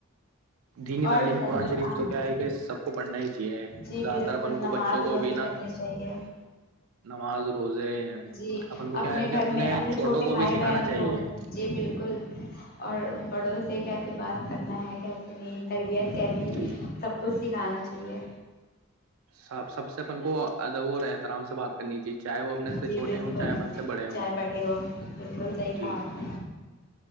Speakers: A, on the right; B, on the left.
A: دینی تعلیم
B: اور بتائیے
A: قرآن شریف
B: آپ
A: تو کیا ہے کہ سب کو پڑھنا ہی چاہیے ہے
B: جی
A: زیادہ
B: بالکل
A: تر اپن کو
B: نماز
A: بچوں کو
B: روزے
A: بھیناا
B: کرنے چاہیے
A: نماز روزے
B: جی
A: اپن کو کیا
B: اپنے
A: ہے کہ
B: گھر میں اپنے
A: چھوٹوں
B: چھوٹے
A: کو
B: بھائی
A: بھی سکھانا
B: بہنوں
A: چاہیے
B: کو جی بالکل اور بڑوں سے کیسے بات کرنا ہے کیسے نہیں تربیت کیسی
A: جی
B: سب کچھ سکھانا چاہیے
A: سب سب سے اپن کو ادب اور احترام سے بات کرنی چاہ چاہے وہ اپنے سے
B: جی
A: چھوٹے
B: بالکل
A: ہوں چاہے اپن سے بڑے ہوں
B: چاہے ہو بالکل صحیح
A: جی
B: کہا آپ نے